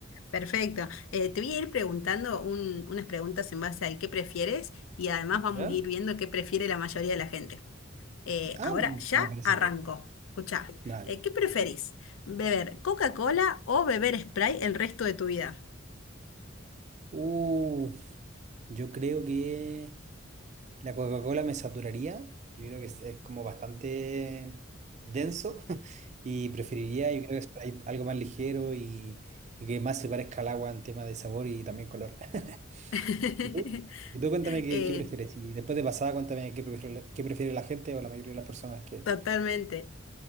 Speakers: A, on the left; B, on the right.
A: Perfecto. Eh, te voy a ir preguntando un- unas preguntas en base al qué prefieres y además vamos
B: ¿Ya?
A: a ir viendo qué prefiere la mayoría de la gente. Eh,
B: Ah,
A: ahora
B: mm,
A: ya
B: me parece.
A: arranco.
B: bien.
A: Escuchá,
B: Dale.
A: eh, ¿qué preferís? ¿Beber Coca-Cola o beber Sprite el resto de tu vida?
B: Uh, yo creo que la Coca-Cola me saturaría. Yo creo que es, es como bastante denso <laughs> y preferiría, yo creo que Sprite, algo más ligero y, y que más se parezca al agua en tema de sabor y también color. <laughs>
A: <laughs>
B: Y tú, y tú cuéntame qué,
A: Eh,
B: qué prefieres. Y después de pasada, cuéntame qué prefiere, la- qué prefiere la gente o la mayoría de las personas que...
A: totalmente.